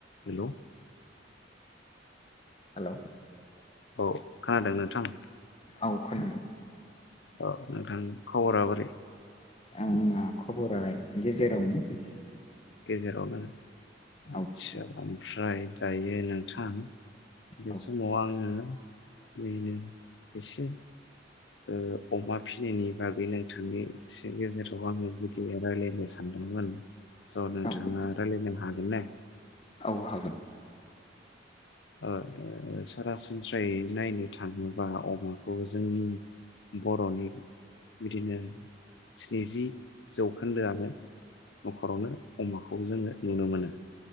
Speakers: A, on the left (about 70°); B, on the left (about 30°).
A: Hello
B: hello
A: औ खोनादों नों थां
B: औ खोनादों।
A: औ नोंथां खबरा बोरै
B: आंना खबरा गेजेरावनो।
A: गेजेरावनो। आदसा
B: औ
A: ओमफ्राय दायो नोंथां‌ बे
B: औ
A: समाव आंङो बेनो एसे ओ अमा फिनायनि बागै नोंथांनि से गेजेराव आङो बिदि रायलायनो सानदोंमोन। स' नोंथाङा
B: औ
A: रायलायनो हागोन ने?
B: औ हागोन।
A: ओ सरासनस्रायै नायनो थाङोबा अमाखौ जोंनि बर' नि बिदिनो स्निजि जौखोन्दोआनो नखरावनो अमाखौ जोङो नुनो मोनो।